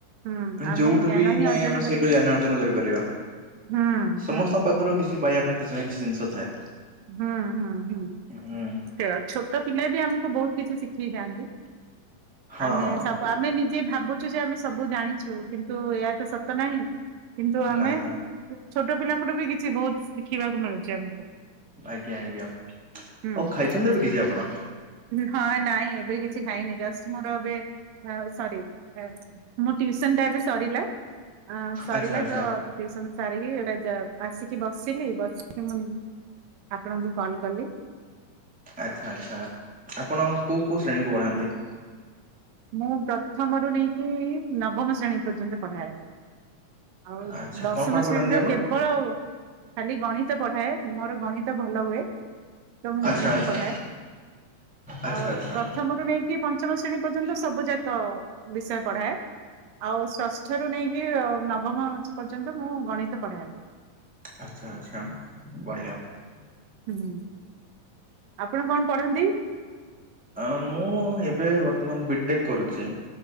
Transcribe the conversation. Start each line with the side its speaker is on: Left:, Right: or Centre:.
Right: ହୁଁ ଆମେ
Centre: ଯୋଉଠୁ
Right: ଜ୍ଞାନ
Centre: ବି
Right: ହିଁ
Centre: ନାଇଁ
Right: ଅର୍ଜନ
Centre: ଆମେ
Right: କରିବୁ
Centre: ସେଇଠୁ ଜ୍ଞାନ ଅର୍ଜନ କରିପାରିବା।
Right: ହୁଁ
Centre: ସମସ୍ତଙ୍କ
Right: ହୁଁ।
Centre: ପାଖରୁ କିଛି ପାଇବା ପାଇଁ କିଛି ନା କିଛି ଜିନିଷ ଥାଏ।
Right: ହୁଁ ହୁଁ ହୁଁ
Centre: ହୁଁ
Right: ସେଇୟା ଛୋଟ ପିଲା ବି ଆମକୁ ବୋହୁତ କିଛି ଶିଖାଇଥାନ୍ତି।
Centre: ହଁ
Right: ଆମେ
Centre: ହଁ
Right: ସବୁ ଆମେ ନିଜେ ଭାବୁଛୁ ଯେ ଆମେ ସବୁ ଜାଣିଛୁ କିନ୍ତୁ ଏହାତ ସତ ନାହିଁ। କିନ୍ତୁ ଆମେ
Centre: ନା
Right: ଛୋଟ ପିଲାଙ୍କଠୁ ବି କିଛି ବୋହୁତ ଶିଖିବାକୁ ମିଳୁଛି ଆମକୁ।
Centre: ଆଜ୍ଞା ଆଜ୍ଞା ଆଉ
Right: ହୁଁ
Centre: ଖାଇଛନ୍ତି ଏବେ କିଛି ଆପଣ?
Right: ହଁ ନାଇଁ ଏବେ କିଛି ଖାଇନି ଜଷ୍ଟ ମୋର ଏବେ ହଁ ସରି। ମୋ ଟିୟୁସନ ଟା ଏବେ ସରିଲା ସରିଲା
Centre: ଆଚ୍ଛା ଆଚ୍ଛା
Right: ତ ଟିୟୁସନ ସାରିକି ଏଡ଼ା ଜାଅ ଆସିକି ବସିଲି ବସିକି ମୁଁ ଆପଣଙ୍କୁ କଲ୍ କଲି।
Centre: ଆଛା ଆଛା ଆପଣ କୋଉ କୋଉ ଶ୍ରେଣୀକୁ ପଢାନ୍ତି?
Right: ମୁଁ ପ୍ରଥମରୁ ନେଇକି ନବମ ଶ୍ରେଣୀ ପର୍ଯ୍ୟନ୍ତ ପଢାଏ। ଆଉ
Centre: ଆଚ୍ଛା
Right: ଦଶମ
Centre: କଣ କଣ ପଢାନ୍ତି
Right: ଶ୍ରେଣୀର
Centre: ଆପଣ
Right: କେବଳ ଖାଲି ଗଣିତ ପଢାଏ ମୋର ଗଣିତ ଗଣିତ ଭଲ ହୁଏ ତ ମୁଁ
Centre: ଆଚ୍ଛା
Right: ଗଣିତ
Centre: ଆଚ୍ଛା
Right: ପଢାଏ
Centre: ଆଚ୍ଛା
Right: ଆଉ
Centre: ଆଚ୍ଛା।
Right: ପ୍ରତେକ ପ୍ରଥମରୁ ନେଇକି ପଞ୍ଚମ ଶ୍ରେଣୀ ପର୍ଯ୍ୟନ୍ତ ସବୁ ଯାକ ବିଷୟ ପଢାଏ। ଆଉ ଷଷ୍ଠ ରୁ ନେଇକି ନବମ ପର୍ଯ୍ୟନ୍ତ ମୁଁ ଗଣିତ ପଢାଏ।
Centre: ଆଚଛା ଆଚଛା ବଢିଆ।
Right: ହୁଁ ହୁଁ ଆପଣ କଣ ପଢନ୍ତି?
Centre: ଅ ମୁଁ ଏବେ ବର୍ତ୍ତମାନ ବିଟେକ୍ କରୁଚି।